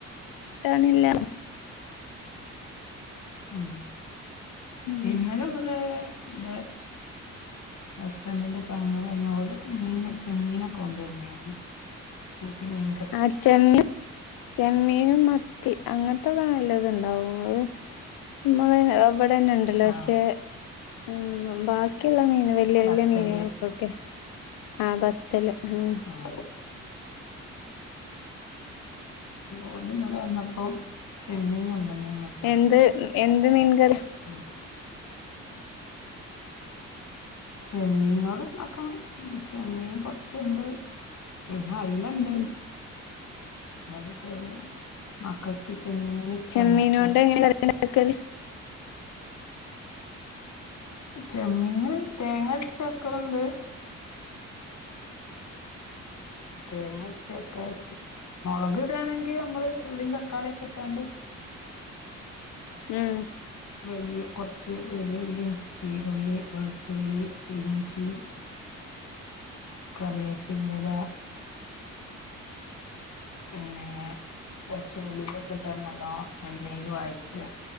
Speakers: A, on the left (about 75°); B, on the left (about 50°).
A: കിട്ടാനില്ല
B: ആഹ്
A: ഉം
B: ഇന്നലെ വിടെ ന്താ ഹസ്ബൻഡിന്റെ പെങ്ങള് വന്ന ഓല് മീന് ചെമ്മീനൊക്കെ കൊണ്ടുവന്നിരുന്നു. ഓല്ക്ക് മീൻങ്ക
A: ആഹ് ചെമ്മീ ചെമ്മീനും മത്തി അങ്ങത്തൊക്കെ നല്ലത്ണ്ടാവും അത് നമ്മളെ വിടെ ന്നെ ണ്ടല്ലോ
B: ആഹ്
A: പക്ഷെ ഉം ബാക്കിയുള്ള മീന് വല്ല്യ
B: ബത്തല്
A: വല്ല്യ മീനുകൾക്കൊക്കെ ആഹ് ബത്തല് ഉം
B: ആഹ് ഓലിന്നലെ വന്നപ്പം ചെമ്മീൻ കൊണ്ടന്നീനു
A: എന്ത് എന്ത് മീൻ കറി
B: ആഹ് ചെമ്മീനോട് ണ്ടാക്കണം ചെമ്മീൻ കൊർച്ച്ണ്ട്. പിന്നെ ഐലണ്ട്.
A: ഉം
B: ബടെ ചെറ്യേ മക്കക്ക് ചെമ്മീന് ഇഷ്ട്ടാണ്
A: ചെമ്മീനോണ്ട്
B: അപ്പം.
A: <inaudible>
B: ചെമ്മീന് തേങ്ങര്ച്ച് വെക്കലുണ്ട് തേങ്ങര്ച്ച് വെക്കാര്ച്ച്. മൊളക് ഇടാണെങ്കി അമ്മള് ഉള്ളിം തക്കാളിയൊക്കെ ഇട്ടാണ്ട്
A: ഉം
B: വലിയ കൊർച്ച് വലിയ ഉള്ളിം, ചീരുള്ളി, വെൾത്തുള്ളി, ഇഞ്ചി കറിയേപ്പിന്റെല പിന്നെ കൊർച്ച് ഉലുവക്കെട്ടാണ്ട് നല്ലോം എണ്ണേല് വയറ്റ